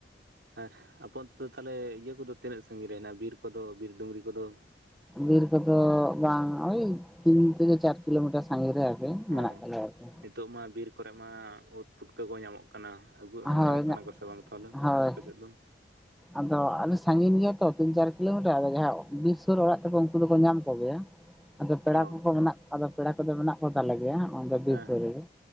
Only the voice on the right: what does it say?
ᱟᱨ ᱟᱯᱟ ᱛᱚᱛᱚ ᱛᱟᱦᱚᱞᱮ ᱤᱭᱟᱹ ᱠᱚᱫᱚ ᱛᱤᱱᱟᱹᱜ ᱥᱟᱺᱜᱤᱧ ᱨᱮ ᱦᱮᱱᱟᱜᱼᱟ ᱵᱤᱨ ᱠᱚᱫᱚ ᱵᱤᱨ ᱰᱩᱝᱨᱤ ᱠᱚᱫᱚ᱾
ᱚ
ᱱᱤᱛᱚᱜ ᱢᱟ ᱵᱤᱨ ᱠᱚᱨᱮ ᱢᱟ ᱩᱫᱽ ᱯᱩᱴᱠᱟᱹ ᱠᱚ ᱧᱟᱢᱚᱜ ᱠᱟᱱᱟ ᱟᱹᱜᱩ ᱦᱟᱸ
ᱧᱟᱢᱚᱜ ᱠᱟᱱᱟ ᱠᱚᱥᱮ ᱵᱟᱝ ᱛᱟᱦᱚᱞᱮ
ᱟᱯᱮ ᱥᱮᱫ ᱫᱚ?
<inaudible>
ᱚ
ᱦᱮᱸ
ᱦᱮᱸ